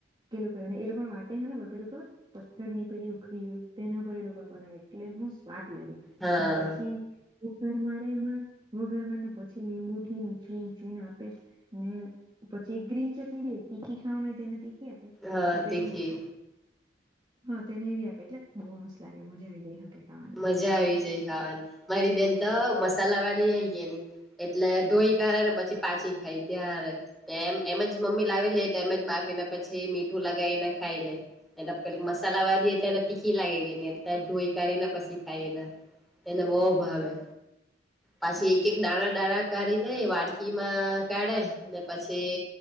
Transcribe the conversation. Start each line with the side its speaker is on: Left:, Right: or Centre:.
Right: પેલું કરે ને એ લોકો વાટે હ ને પેલું ખબર પથ્થર ની પેલી ઉખડી હોય તેના પર એ લોકો બનાવે એટલે હૂ સ્વાદ લાગે
Centre: હા
Right: ને પછી ઘર મારે એમાં વઘાર વાના ને પછી લીંબુ થી નીચવીને નીચવીને આપે ને જે ગ્રીન ચટણી બી હોય તીખી ખાવાની હોય તેને તીખી આપે
Centre: હા
Right: ને પેલું
Centre: તીખી
Right: હા તેને એવી આપે એટલે બહુ મસ્ત લાગે મજા આવી જાય હકે ખાવાની
Centre: મજા આવી જાય ખાવાની મારી બેન તો મસ્ત મસાલા વાડી આઈ ગેની એટલે ઢોઈ કાઢે ને પછી પાછી ખાય ત્યારે એમ એમ જ મમ્મી લાવી લે એમ જ બાફીને પછી મીઠું લગાવી ને ખાઈ લેને પેલી મસાલા વાળીએે તને તીખી લાગે કેને ત ધોઈ કાઢે ના પછી શીખાયલા એને બહુ ભાવે પાછી
Right: હમ
Centre: એક એક દાણા દાણા કરી લેએ વાડકીમાં કાઢે ને પછી